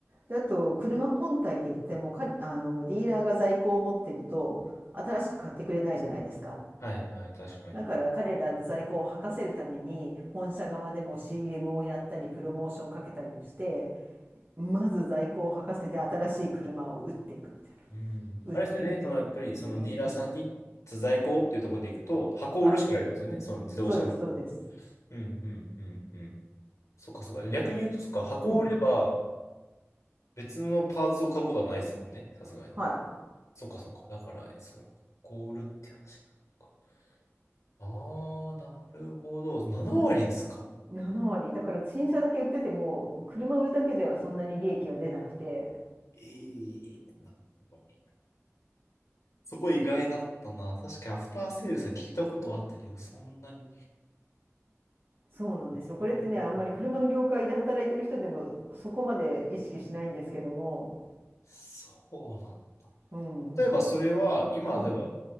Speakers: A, on the right (about 45°); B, on the left (about 80°).
A: であと車本体で言ってもかあのディーラーが在庫を持ってると新しく買ってくれないじゃないですか。
B: はいはい、確かに。
A: だから彼らの在庫を吐かせるために本社側でも CM をやったりプロモーションかけたりをしてまず在庫を履かせて新しい車を売っていくみたいな。
B: うん。
A: 売っていくっていうのは修理うん。
B: あれですよね、そのやっぱり、そのディーラーさんに在庫っていうところでいくと、箱を売るしかないってことですよね、
A: はい。
B: その自動車の。
A: そうです、そうです。
B: うんうんうんうん。そっかそっか。逆に言うと、そっか、箱を売れば、
A: うん。
B: 別のパーツを買うことはないですもんね、さすがに。
A: はい。
B: そっかそっか。だから、そう、箱を売るって話なのか。ああ、なるほど。7割ですか。
A: 7割。だから新車だけ売ってても、車売るだけではそんなに利益は出なくて、
B: ええなるほどねそこ意外だったな。確かにアフターセールスは聞いたことはあったけど、そんなに。
A: そうなんですよ。
B: ええ
A: これってね、あんまり車の業界で働いてる人でもそこまで意識しないんですけども、
B: そうなんだ。
A: うん。
B: 例えばそれは、今では
A: うん。